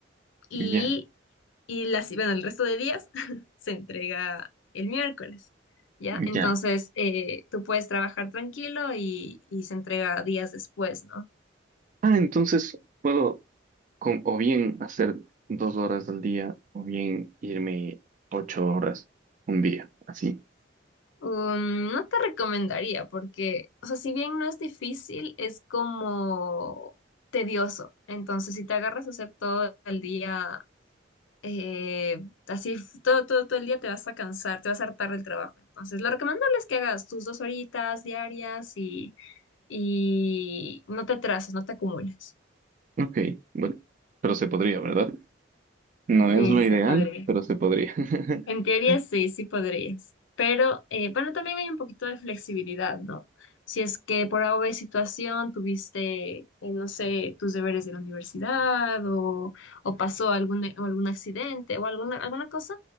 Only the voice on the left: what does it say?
Y,
y las, bueno, el resto de días <laughs> se entrega el miércoles. ¿Ya? Entonces,
eh, tú puedes trabajar tranquilo y, y se entrega días después, ¿no?
Um, no te recomendaría porque, o sea, si bien no es difícil, es como tedioso. Entonces, si te agarras a hacer todo el día, eh, así f- todo, todo, todo el día te vas a cansar, te vas a hartar del trabajo. Entonces, lo recomendable es que hagas tus dos horitas diarias y, y no te atrases, no te acumules.
Sí,
se
podría.
En teoría sí, sí podrías. Pero eh, bueno, también hay un poquito de flexibilidad, ¿no? Si es que por alguna situación tuviste, eh, no sé, tus deberes de la universidad o, o pasó algún, o algún accidente o alguna, alguna cosa,